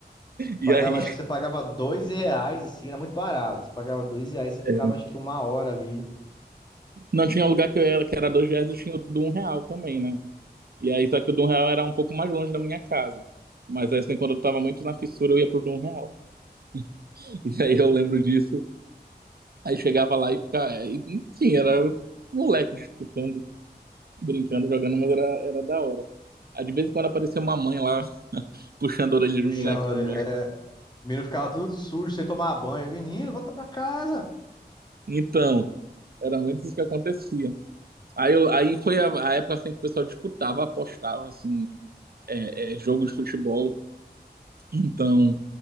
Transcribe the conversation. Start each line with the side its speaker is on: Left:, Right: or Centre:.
Right: E
Left: Pagava,
Right: aí.
Left: acho que você pagava dois reais, assim, era muito barato. Você pagava dois reais, você ficava,
Right: <laughs> é,
Left: acho que uma hora ali,
Right: Não tinha um lugar que eu era, que era dois reais e tinha o do um real também, né? E aí, só que o do um real era um pouco mais longe da minha casa. Mas assim, quando eu tava muito na fissura, eu ia pro do um real. <laughs> E aí eu lembro disso. Aí chegava lá e ficava. e, Enfim, era moleque disputando, brincando, jogando, mas era, era da hora. Aí de vez em quando aparecia uma mãe lá <laughs> puxando a orelha
Left: puxando
Right: de moleque também.
Left: é, O menino ficava tudo sujo, sem tomar banho. Menino, volta pra casa.
Right: Então, era muito isso que acontecia. Aí, eu, aí foi a, a época assim, que o pessoal disputava, apostava, assim, é, é, jogo de futebol. Então,